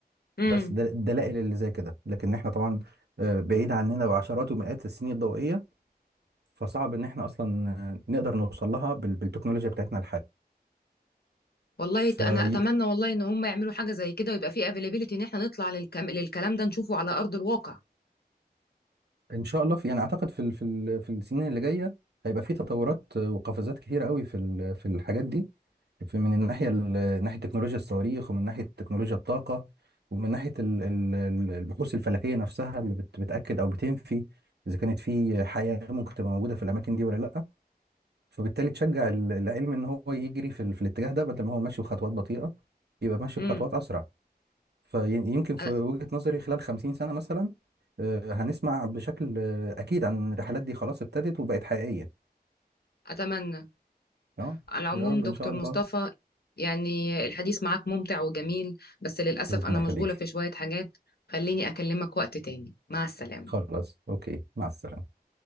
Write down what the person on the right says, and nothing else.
بس ده الدلائل اللي زي كده لكن احنا طبعا آه، بعيد عننا بعشرات ومئات السنين الضوئيه فصعب ان احنا اصلا آه، نقدر نوصل لها بال- بالتكنولوجيا بتاعتنا
الحاليه
ان شاء الله في يعني اعتقد في ال- في ال- في السنين اللي جايه هيبقى في تطورات وقفزات كتيره قوي في ال- في الحاجات دي في من الناحيه ال- ناحيه تكنولوجيا الصواريخ ومن ناحيه تكنولوجيا الطاقه ومن ناحيه ال- ال- ال- البحوث الفلكيه نفسها اللي بت- بتاكد او بتنفي اذا كانت في حياه ممكن تبقى موجوده في الاماكن دي ولا لا فبالتالي تشجع ال- العلم ان هو يجري في ال- في الاتجاه ده بدل ما هو ماشي بخطوات بطيئه يبقى ماشي
بخطوات اسرع فيمكن في
وجهة نظري خلال خمسين سنة مثلا آه، هنسمع بشكل آه، أكيد عن الرحلات دي خلاص ابتدت وبقت حقيقية
اه
يا رب
إن شاء الله
ربنا
يخليك
خلاص أوكي مع السلامة